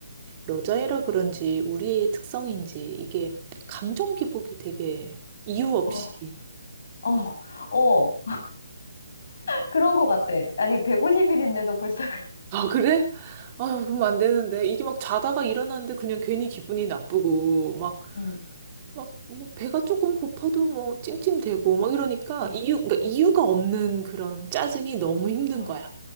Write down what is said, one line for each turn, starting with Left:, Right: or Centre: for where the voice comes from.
Right: 여자애라 그런지, 우리 애의 특성인지, 이게 감정 기복이 되게 이유 없이
Left: 어, 어, 어, 그런 것 같아. 아니, 150일인데도 벌써
Right: 아, 그래? 아 그러면 안 되는데. 이게 막 자다가 일어났는데 그냥 괜히 기분이 나쁘고, 막,
Left: 음.
Right: 막, 뭐, 배가 조금 고파도 뭐, 찡찡대고, 막 이러니까,
Left: 어,
Right: 이유, 그러니까
Left: 어,
Right: 이유가 없는 그런 짜증이 너무 힘든
Left: 어.
Right: 거야.